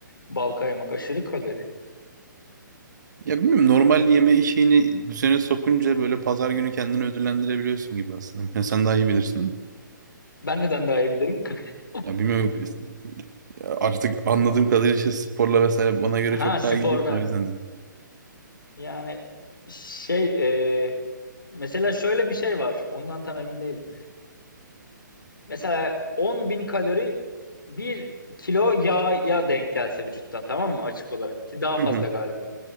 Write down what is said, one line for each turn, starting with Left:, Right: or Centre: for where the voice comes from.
Left: Bal kaymak aşırı kalori.
Right: Ya bilmiyorum normal yeme işini düzene sokunca böyle pazar günü kendini ödüllendirebiliyorsun gibi aslında. Yani sen daha iyi bilirsin de.
Left: Ben neden daha iyi bilirim? <laughs>
Right: Ya bilmiyorum ya artık anladığım kadarıyla işte sporla vesaire bana göre
Left: Ha
Right: çok
Left: spordan.
Right: daha ilgilisin o yüzden dedim.
Left: Yani şey e, mesela şöyle bir şey var. Ondan tam emin değilim. Mesela 10 bin kalori bir kilo yağya denk gelse vücutta tamam mı? Açık olarak ki daha fazla
Right: Hı hı.
Left: galiba.